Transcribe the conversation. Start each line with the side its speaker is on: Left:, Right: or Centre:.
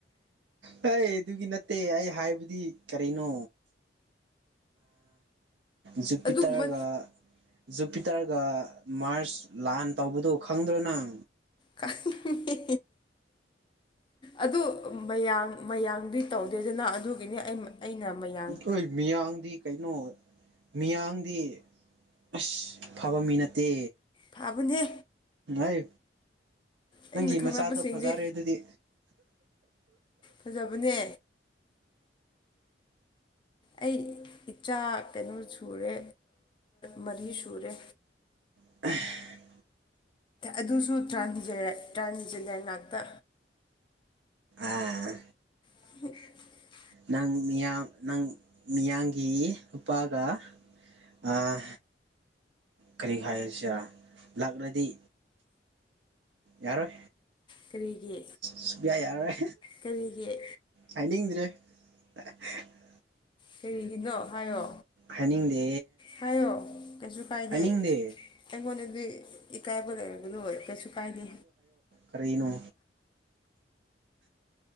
Right: ꯍꯣꯏ ꯑꯗꯨꯒꯤ ꯅꯠꯇꯦ ꯑꯩ ꯍꯥꯏꯕꯗꯤ ꯀꯔꯤꯅꯣ ꯖꯨꯄꯤꯇꯔꯒ
Left: ꯑꯗꯨꯒꯨꯝꯕ
Right: ꯖꯨꯄꯤꯇꯔꯒ ꯃꯥꯔꯁ ꯂꯥꯟ ꯇꯧꯕꯗꯨꯣ ꯈꯪꯗ꯭ꯔꯣ ꯅꯪ
Left: ꯈꯪꯉꯦ ꯑꯗꯨ ꯃꯌꯥꯡ ꯃꯌꯥꯡꯗꯨꯏ ꯇꯧꯗꯦꯗꯅ ꯑꯗꯨꯒꯤꯅꯤ ꯑꯩ ꯑꯩꯅ ꯃꯌꯥꯝ
Right: ꯑꯩꯈꯣꯏ ꯃꯤꯌꯥꯡꯗꯤ ꯀꯩꯅꯣ ꯃꯤꯌꯥꯡꯗꯤ ꯑꯁ ꯐꯕ ꯃꯤ ꯅꯠꯇꯦ꯫
Left: ꯐꯥꯕꯅꯦ꯫
Right: ꯥꯏ ꯅꯪꯒꯤ
Left: ꯑꯩꯅ ꯈꯪꯅꯕꯁꯤꯡꯗꯤ
Right: ꯃꯆꯥꯗꯣ ꯐꯖꯔꯦ ꯑꯗꯨꯗꯤ꯫
Left: ꯐꯖꯕꯅꯦ꯫ ꯑꯩ ꯏꯆꯥ ꯀꯩꯅꯣ ꯁꯨꯔꯦ ꯃꯔꯤ ꯁꯨꯔꯦ꯫
Right: <unintelligible>
Left: ꯑꯗꯨꯁꯨ ꯇ꯭ꯔꯥꯖꯦ ꯇ꯭ꯔꯥꯟꯖꯦꯟꯗꯔ ꯉꯥꯛꯇ꯫
Right: ꯑꯥ
Left: <unintelligible>
Right: ꯅꯪ ꯃꯤꯌꯥꯡ ꯅꯪ ꯃꯤꯌꯥꯡꯒꯤ ꯅꯨꯄꯥꯒ ꯑꯥ ꯀꯔꯤ ꯍꯥꯏꯔꯁꯤꯔꯥ ꯂꯥꯛꯂꯗꯤ꯫ ꯌꯥꯔꯣꯏ
Left: ꯀꯔꯤꯒꯤ
Right: ꯁꯨꯛꯌꯥ ꯌꯥꯔꯣꯏ꫰꫰
Left: ꯀꯔꯤꯒꯤ
Right: ꯍꯥꯏꯅꯤꯡꯗ꯭ꯔꯦ꯫ ꯑ <unintelligible>
Left: ꯀꯩꯔꯤꯒꯤꯅꯣ ꯍꯥꯏꯌꯣ꯫
Right: ꯍꯥꯏꯅꯤꯡꯗꯦ
Left: ꯍꯥꯏꯌꯣ ꯀꯩꯁꯨ ꯀꯥꯏꯗꯦ
Right: ꯍꯥꯏꯅꯤꯡꯗꯦ
Left: ꯑꯩꯉꯣꯟꯗꯗꯤ꯫ ꯏꯀꯥꯏꯕ ꯂꯩꯔꯒꯅꯨ ꯀꯩꯁꯨ ꯀꯥꯏꯗꯦ꯫
Right: ꯀꯩꯅꯣ